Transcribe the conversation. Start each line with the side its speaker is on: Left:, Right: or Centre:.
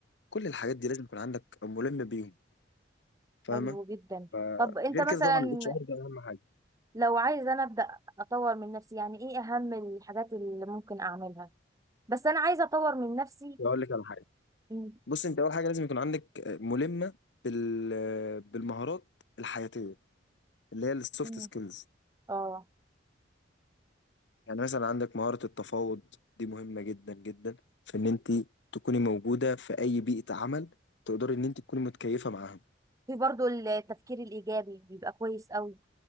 Left: كل الحاجات دي لازم يكون عندك ملم بيهم فاهمة
Right: حلو جدا.
Left: فغير
Right: طب انت مسلا.
Left: كده طبعا الاتش ار
Right: اه
Left: ده اهم حاجه
Right: لو عايزة انا ابدا اطور من نفسي يعني ايه اهم الحاجات اللي ممكن اعملها بس انا عايزة اطور من نفسي
Left: اقول لك على حاجه
Right: م-
Left: بص انت اول حاجه لازم يكون عندك ملمه بال بالمهارات الحياتيه اللي هي السوفت
Right: م-
Left: سكيلز
Right: اه
Left: يعني مثلا عندك مهاره التفاوض دي مهمه جدا جدا في ان انت تكوني موجوده في اي بيئه عمل تقدري ان انت تكوني متكيفه معاها
Right: في برضو التفكير الايجابي بيبقى كويس قوي